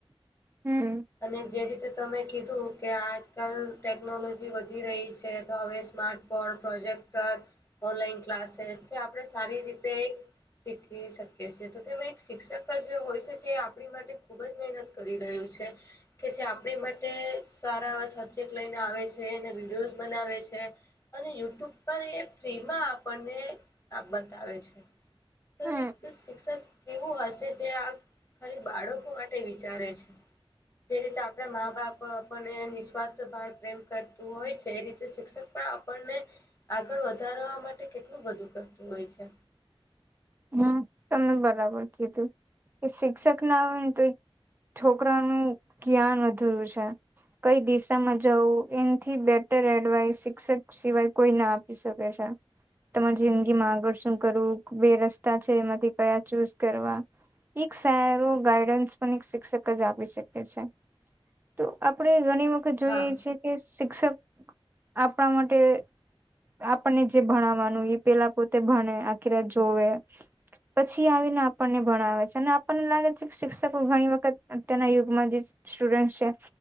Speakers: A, on the right; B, on the left.
A: હમ
B: અને જે રીતે તમે કીધું કે આજકાલ ટેકનોલોજી વધી રહી છે તો હવે સ્માર્ટ- પ્રોજેક્ટ ઓનલાન ક્લાસ આપણે સારી રીતે- શીખી શકીએ છેએ તો તેમાં એક શિક્ષક જે હોય છે જે આપણી માટે ખૂબ જ મહેનત કરી રહ્યું છે. કે જે આપણે માટે સારા એવા સબ્જેક્ટ લઈને આવે છે એને વિડીયોઝ બનાવે છે. અને યુટ્યુબ પર એ ફ્રીમાં આપણને બતાવે છે. તો
A: હમ
B: એક શિક્ષક કેવું હશે જે આ. ખાલી બાળકો માટે વિચારે છે. જે રીતે આપણે મા બાપ આપણને નિસ્વાર્થ ભ પ્રેમ કરતું હોય છે એ રીતે શિક્ષક પણ- આપણને આગળ વધારવા માટે કેટલું બધું કરતું હોય છે.
A: હમ તમે બરાબર કીધું એ શિક્ષક ના હોય ને તો. છોકરા નું જ્ઞાન અધૂરું છે. કઈ દિશામાં જવું એથી બેટર એડવાઈસ શિક્ષક સિવાય કોઈ ના આપી શકે છે. તમારી જિંદગી માં આગળ શું કરવું બે રસ્તા છે એમાંથી કયા ચૂઝ કરવા- એક સારું ગાઈડન્સ પણ એક શિક્ષક જ આપ શકે છે. તો આપણેે ઘણી વખત જોઈએ
B: હા
A: છેએ કે શિક્ષક આપણા માટે- આપણને જે ભણાવવાનું એ પેલા પોતે ભણે આખી રાત જોવે-
B: <inaudible>
A: પછી આવીને આપણને ભણાવે છે અને આપણને લાગે છે કે શિક્ષકો ઘણી વખત અત્યના યુગમાં જે- સ્ટુડન્ટ છે.